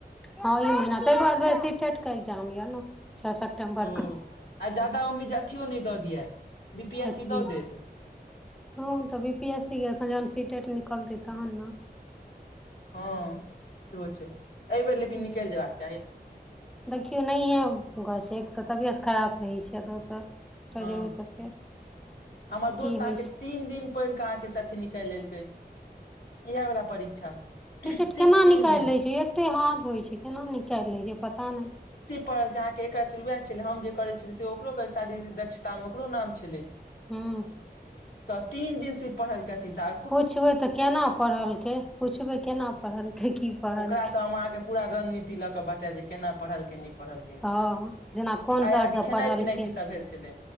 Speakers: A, in the centre; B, on the left.
A: हँ ई महिना ताहि दुआरे सीेटेट के एग्जाम यऽ न छ सेप्टेम्बर
B: ओ
A: क
B: आ ज्यादा उम्मीद अथियो नहि दऽ दिया बी पी
A: कथि
B: एस सी दऽ देत
A: हँ तऽ बी पी एस सी कऽ एखन जहन सिटेड निकलत तहन नऽ
B: हँ सेहो छै एहि बेेर लेकिन
A: हूँ
B: निकैल जैयबाक चाही
A: देखियौ नहिए गाछै एक तऽ तबियत खराब रहैत छै दोसर होतय
B: हँ
A: जेबै तऽ फेर
B: हमर दोस्त
A: की
B: अहाँके
A: होइ छैय
B: तीन दिन पढ़ केऽ अहाँ के से अथी निकालि लेलकै इहै वाला परीक्षा
A: सिटेड
B: सिर्फ
A: केना
B: तीन
A: निकालि
B: दिन
A: लै छै एते हार्ड होइत छै केना निकालि लै छै पता नहि
B: पढ़ल अहाँके एकरा चड़ वएह छलै हम जे करैत छलियै से ओकरो करै शारीर दक्षता मे ओकरो नाम छलै
A: हूँ
B: तऽ तीन दिन से पढ़ल अथि सा
A: पुछबै तऽ केना पढ़लकै पुछबै केना पढ़लकै की पढ़लकै
B: ओकरासँ हम अहाँके पूरा रणनीति लऽ कऽ बते दे केना पढ़ल के नहि पढ़ल के
A: हँ जेना कोन
B: आय
A: सर
B: अहाँके
A: सब
B: खेनाई
A: पढ़लकै
B: पिनाइ की सब भेल छले